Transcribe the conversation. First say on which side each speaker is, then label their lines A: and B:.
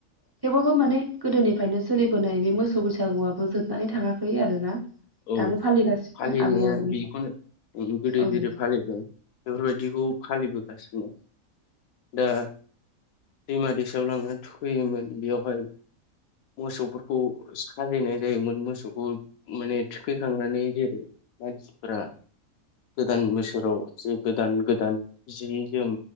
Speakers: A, on the right (about 35°); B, on the left (about 80°).
A: थेवबोबो माने गोदोनिफ्रायनो सोलिबोनाय बे मोसौ बैसागुआबो जोबनानै थाङाखै आरोना।
B: औ
A: दाबो फालिगासिनो
B: फालिनाया
A: आबै आबौनि
B: बिदिखौनो गोदो
A: ओं
B: जेरै फालिदों बेफोरबायदिखौ फालिबो गासिनो दा दैमा दैसायाव लांनानै थुखैयोमोन बेयावहाय मोसौफोरखौ साजायनाय जायोमोन। मोसौखौ माने थुखैखांनानै जेरै मानसिफोरा गोदान बोसोराव गोदान गोदान जि जोम